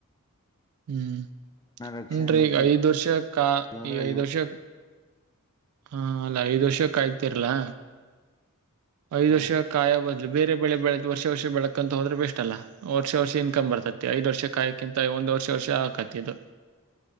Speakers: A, on the right; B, on the left.
A: ಹ್ಮ್
B: ರಕ್ಷಣೆ
A: ನ್ರಿ
B: ಮಾಡ್ಕಿ
A: ಐದ್ ವರ್ಷ ಕಾ
B: ಹೋದ್ರೆ
A: ಈ ಐದುರ್ಷ
B: ಐವ
A: ಹಾ ಅಲ್ಲ ಐದ್ ವರ್ಷಕ್ಕಾಯ್ತಿರ್ಲಾ ಐದು
B: ಹ
A: ವರ್ಷ ಕಾಯ ಬದ ಬೇರೆ ಬೆಳಿ ಬೆಳತ್ ವರ್ಷ ವರ್ಷ ಬೆಳಕಂತ ಹೋದ್ರೆ ಬೆಸ್ಟ್ ಅಲ್ಲ ವರ್ಷ ವರ್ಷ ಇನ್ಕಮ್ ಬರ್ತೈತಿ ಐ್ ವರ್ಷ ಕಾಯಕ್ಕಿಂತ ಒಂದ್ ವರ್ಷ ವರ್ಷ ಆಾಕತಿ ಇದು